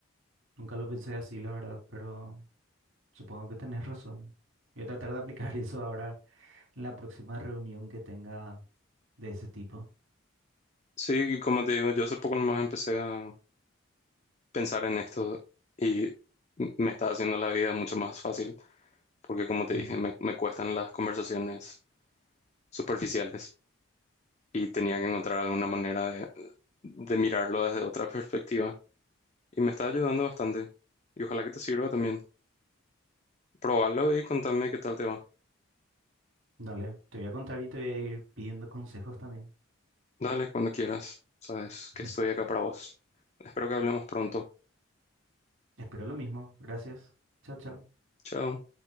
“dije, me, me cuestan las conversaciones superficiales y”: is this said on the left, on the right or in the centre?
Left